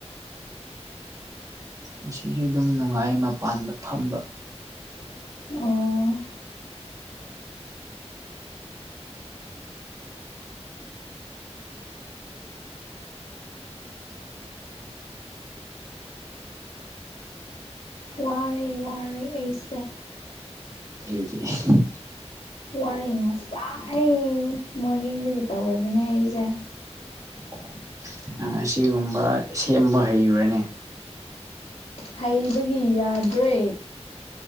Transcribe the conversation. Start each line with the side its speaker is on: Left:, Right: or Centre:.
Right: ꯅꯨꯡꯁꯤꯠꯁꯦ ꯑꯗꯨꯝ ꯅꯨꯡꯉꯥꯏ ꯃꯄꯥꯟꯗ ꯐꯝꯕ
Left: ꯑꯣ ꯋꯥꯔꯦ ꯋꯥꯔꯦ ꯑꯩꯁꯦ
Right: ꯊꯦꯡꯦ <inaudible>
Left: ꯋꯥꯔꯦ ꯉꯁꯥꯏ ꯑꯩ ꯃꯣꯔꯅꯤꯡꯗꯒꯤ ꯇꯧꯔꯕꯅꯦ ꯑꯩꯁꯦ
Right: ꯑꯣ ꯅꯪ ꯑꯁꯤꯒꯨꯝꯕ ꯁꯦꯝꯕ ꯍꯩꯕꯔꯅꯦ
Left: ꯍꯩꯕꯒꯤ ꯌꯥꯗ꯭ꯔꯦ